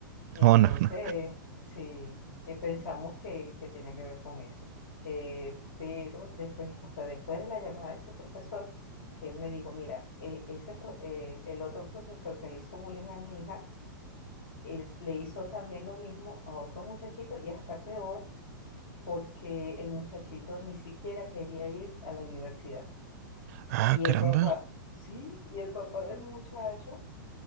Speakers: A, on the left; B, on the right.
A: Entonces,
B: No, no, no.
A: sí, eh, pensamos que, que tenía que ver con eso. Eh, pero después, o sea, después de la llamada de ese profesor, que él me dijo, mira, eh, ese pro- eh, el otro profesor que le hizo bullying a mi hija, él le hizo también lo mismo a otro muchachito y hasta peor, porque el muchachito ni siquiera quería ir a la universidad.
B: Ah,
A: Y
B: caramba.
A: el papá, sí, y el papá del muchacho